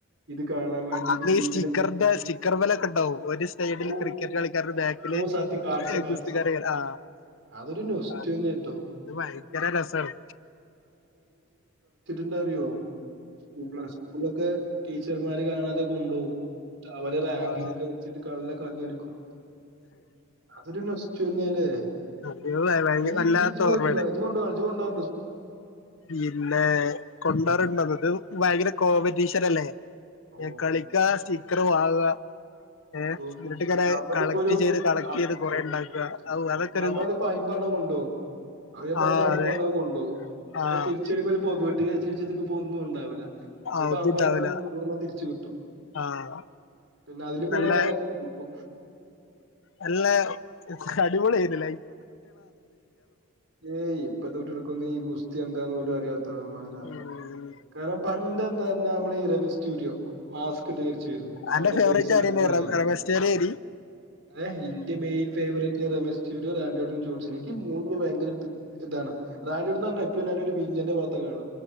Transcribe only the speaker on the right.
ഇത് കാണാൻ വേണ്ടി
ടിവിയിലെ
ഓ
ഓ സത്യം കാർഡ്സ് കാർഡ്സ്
അതൊരു നൊസ്റ്റു
തന്നെ കേട്ടോ
ന്താറിയോ പ്ലസ്ടുലൊക്കെ ടീച്ചർമാര് കാണാത കൊണ്ടോവും ന്നട്ട് അവര് റാങ്കിങ്
ഒക്കെ വെച് നല്ല കഞ്ഞെട്ക്കും അതൊരുനൊസ്ച്ചുന്നെയല്ലേ
നീ
ഇജ് ജ് പോയിട്ടുണ്ടോ
ഇജ് കൊണ്ട് ഇജ്കൊണ്ടര
ഓ
ത്രൂ
നമ്മളിപ്പോ
ഒരു
അം
ഔ
സത്യം
നമ്മളതിപ്പോ അയ്മ്പെണ്ണം കൊണ്ടോവും അതിപ്പോ
അതില് അമ്പെണ്ണം
കൊണ്ടോവും ചിലപ്പോ
തിരിച്ചരുമ്പോ ഒരു പൊഗ ട്ടിയെ ച്ചിരിച്ചത് ഇപ്പോഒന്നും ഉണ്ടാവില്ല. ചെപ്പോ
അമ്പോണ്ണം
പോയാലും നൂറെണം തിരിച്ച് കിട്ടും
പിന്നെ അതില് കൊറെ
ഇപ്പോ
ഏയ് ഇപ്പത്തെ കുട്ടികൾക്ക് ഈ ഗുസ്തി എന്താന്ന് പോലും അറി <unintelligible>
കാർണം പണ്ട് ഇപ്പൊതന്നെനമ്മളെ ഈ റമസ്റ്റുരിയോ മാസ് <unintelligible> രിച്ചരുന്നു
അവന്റെ
ഫേസ് ആർക്കും
അറിയില്ല.
എ ഇന്റെ മെൽ ഫേവററ്റ് റമ <unintelligible> ജോൺസിലേക്ക് മൂന്ന് ഭയ ഇതാണ് റാൻഡ്ന്ന് പറഞ്ഞ ഇപ്പരും ഞാനരു വില്ലന്റെ ബാത്തകാണ